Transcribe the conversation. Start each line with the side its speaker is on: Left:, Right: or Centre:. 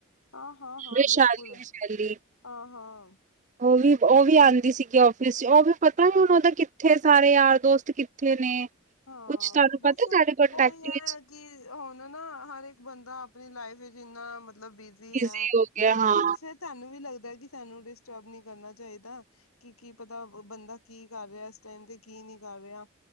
Left: ਹਾਂ-ਹਾਂ-ਹਾਂ
Right: ਵਿਸ਼ਾਲੀ-ਵਿਸ਼ਾਲੀ
Left: ਬਿਲਕੁਲ ਹਾਂ-ਹਾਂ
Right: ਉਹ ਵੀ ਉਹੀ ਆਂਦੀ ਸੀਗੀ ਆਫ਼ਿਸ ਚ ਉਹ ਵੀ ਪਤਾ ਹੁਣ ਉਹਦਾ ਕਿੱਥੇ ਸਾਰੇ ਯਾਰ ਦੋਸਤ ਉੱਥੇ ਨੇ ਕੁੱਛ
Left: ਹਾਂ
Right: ਤੁਹਾਨੂੰ
Left: ਬਸ
Right: ਪਤਾ
Left: ਉਹੀ
Right: ਤੁਹਾਡੇ ਕੋਂਨਟੈਕਟ
Left: ਹੈ
Right: ਵਿੱਚ
Left: ਕਿ ਹੁਣ ਨਾ ਹਰ ਇੱਕ ਬੰਦਾ ਆਪਣੀ ਲਾਈਫ ਵਿੱਚ ਇੰਨਾ ਮਤਲਬ ਬੀ ਜੀ
Right: ਬਿਜ਼ੀ
Left: ਹੈ
Right: ਹੋ ਗਿਆ
Left: ਤੇ
Right: ਹਾਂ
Left: ਫੇਰ ਸਾਨੂੰ ਵੀ ਲੱਗਦਾ ਕਿ ਸਾਨੂੰ ਡਿਸਟਰਬ ਨੀ ਕਰਨਾ ਚਾਈਦਾ ਕੀ-ਕੀ ਪਤਾ ਬੰਦਾ ਕੀ ਕਰ ਰਿਹਾ ਇਸ ਟਾਈਮ ਤੇ ਕੀ ਨਹੀਂ ਕਰ ਰਿਹਾ